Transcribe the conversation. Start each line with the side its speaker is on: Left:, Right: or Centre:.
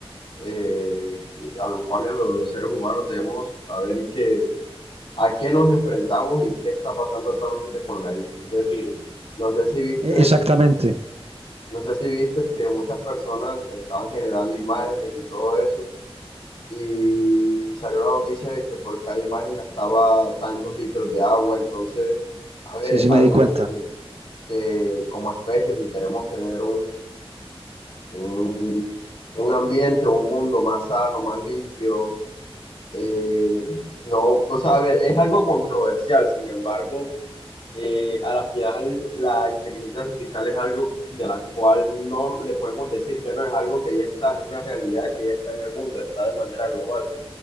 Left: eh, que- a lo cual lo- los, seres humanos debemos saber que a qué nos enfrentamos y qué está pasando actualmente con la IA. Es decir, no sé si viste,
Right: Eh, exactamente,
Left: no sé si viste que muchas personas estaban generando imágenes y todo eso, y salió una noticia de que por cada imagen gastaba tantos litros de agua, entonces, a ver,
Right: sí,
Left: es
Right: sí me
Left: algo
Right: di cuenta.
Left: que que como especie, si queremos tener un, un ambiente, un mundo más sano, más limpio. eh, no, o sea, a ver, es algo controversial, sin embargo, eh, a la final la inteligencia artificial es algo de la cual no le podemos decir que no, es algo que ya está, es una realidad que ya está en el mundo, está de manera global.